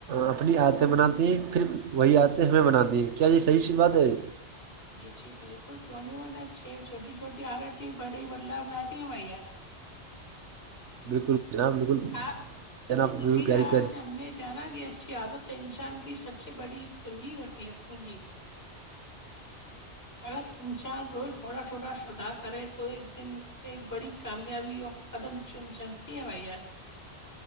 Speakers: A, on the right; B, on the left.
A: اپنی آتےیں بناتی ہیں پھر وہی آتےیں ہمیں بناتی ہیں کیا یہ صحیح سی بات ہے
B: جی جی بالکل کیوںنی ما چ چھٹی چھوٹی آرت بڑی بدلاؤ لٹی ہے میں یار
A: بالکل جناب بالکل
B: آ
A: جناب
B: یہ ندی
A: بالکل پیاری
B: آج
A: پیاری
B: ہم نے <unintelligible> جانا کی اچھی عادت ہے انسان کی سب سے بڑی پونجی ہوتی ہے پونجی اگر انسان روز تھوڑا تھوڑا سدار کرے تو ایک دن ایک بڑی کامیابی اور کدم چوم چنتی ہے بائی یار